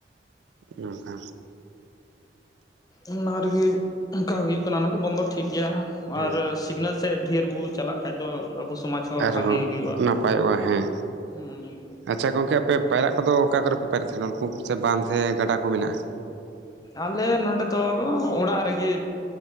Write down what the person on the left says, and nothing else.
ᱚᱱᱟ ᱨᱮᱜᱮ ᱚᱱᱠᱟ ᱦᱩᱭᱩᱜ ᱠᱟᱱᱟ ᱚᱱᱟ ᱠᱚ ᱵᱚᱱᱫᱚ ᱴᱷᱤᱠ ᱜᱮᱭᱟ
ᱟᱨ ᱥᱤᱜᱽᱱᱟᱹᱛ ᱥᱮ ᱰᱷᱮᱨ ᱵᱚ ᱪᱟᱞᱟᱜ ᱠᱷᱟᱱᱡ ᱫᱚ ᱟᱵᱚ ᱥᱚᱢᱟᱡᱽ ᱦᱚᱸ
ᱵᱷᱟᱜᱮ ᱦᱩᱭᱩᱜᱼᱟ
ᱦᱩᱸ
ᱟᱞᱮ ᱱᱚᱸᱰᱮ ᱫᱚ ᱚᱲᱟᱜ ᱨᱮᱜᱮ